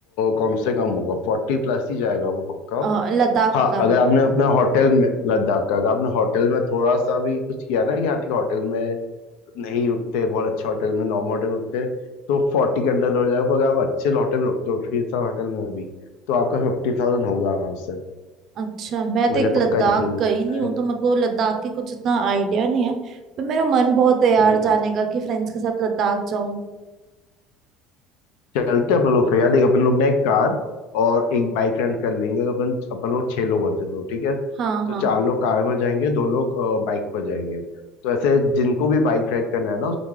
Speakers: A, on the left; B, on the right.
A: कम से कम होगा फोर्टी प्लस ही जाएगा वो पक्का
B: अ, लद्दाख
A: हाँ
B: का
A: अगर आपने अपना होटल में लद्दाख का अगर आपने होटल में थोड़ा सा भी कुछ किया ना कि यहाँ ठीक होटल में नहीं रुकते बहुत अच्छे होटल में नॉर्मल होटल में रुकते तो फोर्टी के अंदर हो जाएगा पर अगर आप अच्छे होटल में रुकते हो थ्री स्टार होटल में भी तो आपका फिफ्टी थाउजेंड होगा आराम से
B: अच्छा मैं
A: मुझे
B: तो एक लद्दाख
A: पक्का यकीन है
B: गई
A: कि मैं
B: नहीं हूँ तो मेरे को लद्दाख के कुछ इतना आइडिया नहीं है पर मेरा मन बहुत है यार
A: हम्म
B: जाने का कि फ्रेंड्स के साथ लद्दाख जाऊं
A: चलते अपन लोग फिर यार देख अपन लोग ना एक कार और एक बाइक रेंट कर लेंगे तो अपन अपन लोग छह लोग होते दो ठीक है
B: हाँ
A: तो
B: हाँ
A: चार लोग कार में जाएंगे दो लोग बाइक पर जाएंगे तो ऐसे जिनको भी बाइक राइड करना है ना